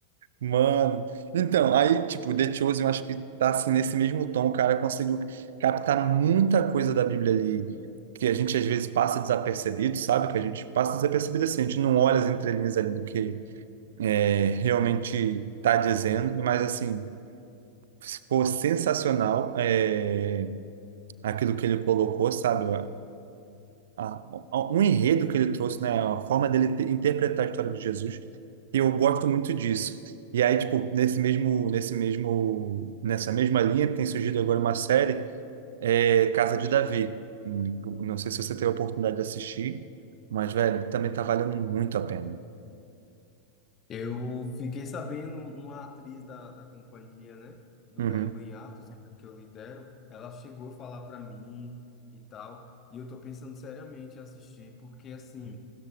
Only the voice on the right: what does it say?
Mano, então, aí, tipo, The Chosen, eu acho que tá assim nesse mesmo tom, o cara conseguiu captar muita coisa da Bíblia ali, que a gente às vezes passa desapercebido, sabe? Que a gente passa desapercebido assim, a gente não olha as entrelinhas ali do que é, realmente tá dizendo, mas assim, ficou sensacional é, aquilo que ele colocou, sabe? a- a- um enredo que ele trouxe, né? A forma dele te- interpretar a história de Jesus. E eu gosto muito disso. E aí, tipo, nesse mesmo, nesse mesmo, nessa mesma linha, tem surgido agora uma série, é, Casa de Davi. Hum, Não sei se você teve a oportunidade de assistir, mas, velho, também tá valendo muito a pena.
Uhum,